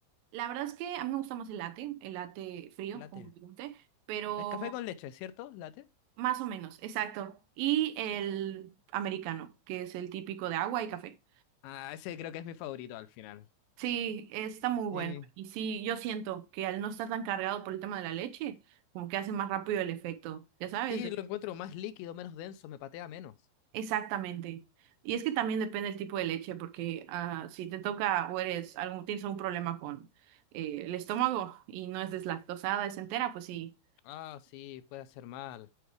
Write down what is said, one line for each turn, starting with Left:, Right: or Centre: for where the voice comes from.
Right: La verdad es que a mí me gusta más el latte, el latte frío,
Left: El latte.
Right: como te conté, pero
Left: El café con leche, ¿cierto? Latte.
Right: más o menos, exacto. Y el americano, que es el típico de agua y café.
Left: Ah, ese creo que es mi favorito al final.
Right: Sí, está muy bueno.
Left: Sí.
Right: Y sí, yo siento que al no estar tan cargado por el tema de la leche, como que hace más rápido el efecto, ya sabes.
Left: Sí,
Right: de-
Left: lo encuentro más líquido, menos denso, me patea menos.
Right: Exactamente. Y es que también depende del tipo de leche, porque ah, si te toca o eres algún, tienes algún problema con eh, el estómago y no es deslactosada, es entera, pues sí,
Left: Ah, sí, puede hacer mal.